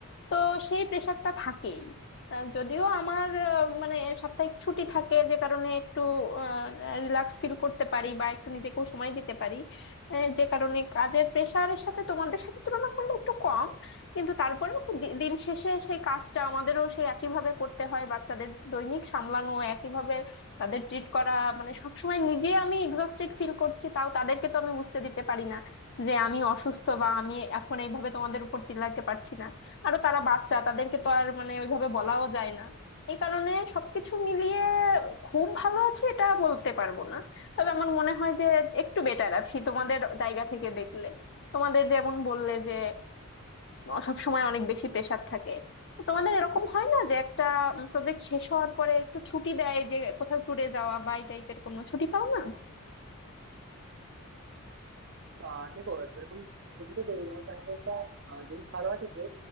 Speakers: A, on the left (about 55°); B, on the right (about 50°).
A: তো সেই প্রেশারটা থাকেই আহ, যদিও আমার আহ, মানে সাপ্তাহিক ছুটি থাকে যে কারণে একটু রিল্যাক্স ফিল করতে পারি বা একটু নিজেকেও সময় দিতে পারি আহ, যে কারণে কাজের প্রেশারের সাথে তোমাদের সাথে তুলনা করলে একটু কম কিন্তু তারপরেও দি- দিন শেষে সেই কাজটা আমাদেরও সেই একইভাবে করতে হয় বাচ্চাদের দৈনিক সামলানো একইভাবে তাদের ট্রিট করা মানে সবসময় নিজে আমি এক্সস্টেড ফিল করছি তাও তাদেরকে তো আমি বুঝতে দিতে পারি না যে আমি অসুস্থ বা আমি এখন এইভাবে তোমাদের উপর চিল্লাইতে পারছি না আরো তারা বাচ্চা তাদেরকে তো আর মানে ওইভাবে বলাও যায় না এই কারণে সবকিছু মিলিয়ে খুব ভালো আছি এটা বলতে পারবো না তবে আমার মনে হয় যে একটু বেটার আছি তোমাদের জায়গা থেকে দেখলে তোমাদের যেমন বললে যে সব সময় অনেক বেশি প্রেসার থাকে তো তোমাদের এরকম হয় না যে একটা প্রজেক্ট শেষ হওয়ার পরে একটু ছুটি দেয় যে কোথাও ট্যুরে যাওয়া বা এই টাইপের কোনো ছুটি পাও না
B: আহ দেখো সেরকম ছুটি তো দেই এমনকি আমাদের একটা আহ, জিনিস ভালো আছে যে